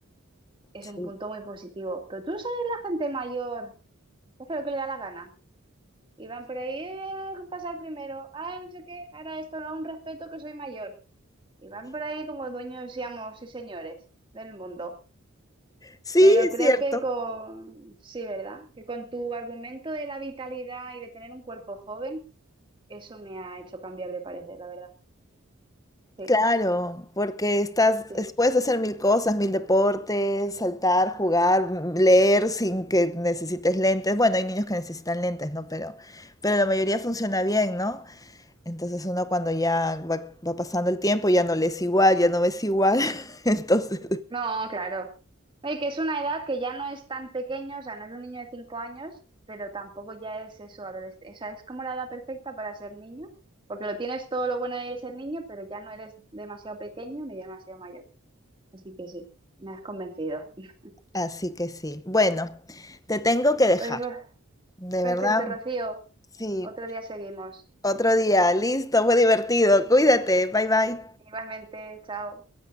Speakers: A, on the right (about 25°); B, on the left (about 15°).
A: es
B: Sí.
A: un punto muy positivo. Pero tú sabes, la gente mayor que hace lo que le da la gana. Y van por ahí, "Eh, pasar primero, ah, no sé qué, ahora esto no, un respeto que soy mayor. Y van por ahí como dueños, seamos, y señores, del mundo.
B: Sí,
A: Pero
B: es
A: creo
B: cierto.
A: que con, sí, ¿verdad? Que con tu argumento de la vitalidad y de tener un cuerpo joven, eso me ha hecho cambiar de parecer, la verdad. Sí,
B: Claro, porque estás,
A: sí.
B: es- puedes hacer mil cosas, mil deportes, saltar, jugar, mm, leer sin que necesites lentes. Bueno, hay niños que necesitan lentes, ¿no? Pero, pero la mayoría funciona bien, ¿no? Entonces uno cuando ya va, va pasando el tiempo ya no lees igual, ya no ves igual. <laughs> Entonces
A: No, claro. No, Y que es una edad que ya no es tan pequeño, o sea, no es un niño de cinco años, pero tampoco ya es eso, adolescente. O sea, es como la edad perfecta para ser niño, porque lo tienes todo lo bueno de ser niño, pero ya no eres demasiado pequeño ni demasiado mayor. Así que sí, me has convencido. <laughs>
B: Así que sí. Bueno, te tengo que dejar.
A: Pues Ro-
B: De
A: perfecto,
B: verdad,
A: Rocío.
B: sí.
A: Otro día seguimos.
B: Otro día. Listo, fue divertido. Cuídate. Bye bye.
A: Igualmente, chao.